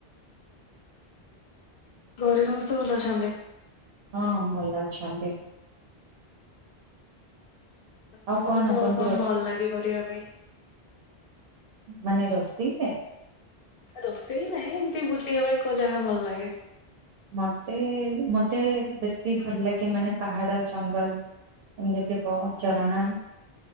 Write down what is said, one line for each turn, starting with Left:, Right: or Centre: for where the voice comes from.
Left: ଘରେ ସମସ୍ତେ ଭଲ ଅଛନ୍ତି?
Right: ହଁ ଭଲ ଅଛନ୍ତି। ଆଉ
Left: ଆପଣଙ୍କୁ
Right: କଣ ଆପଣଙ୍କ
Left: ଆଉ
Right: ରସ୍
Left: ଭଲ ଲାଗେ କରିବା ପାଇଁ?
Right: ମାନେ ରସ୍ <unintelligible>
Left: ରୋଷେଇ ନାହିଁ ଏମତି ବୁଲିବା ପାଇଁ କୋଉ ଜାଗା ଭଲ ଲାଗେ?
Right: ମତେ ମତେ ବେଶୀ ଭଲ ଲାଗେ ମାନେ ପାହାଡ ଜଙ୍ଗଲ ଏମିତି ଥିବ ଝରଣା